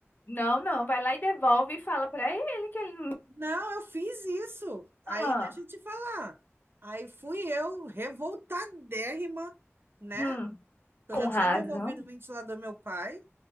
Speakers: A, on the left; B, on the right.
A: Não, não, vai lá e devolve e fala pra ele que ele
B: Não, eu fiz isso. Aí,
A: Ah,
B: deixa eu te falar. Aí fui eu, revoltadérrima, né?
A: hum,
B: Eu
A: com
B: já
A: razão.
B: tinha devolvido o ventilador ao meu pai.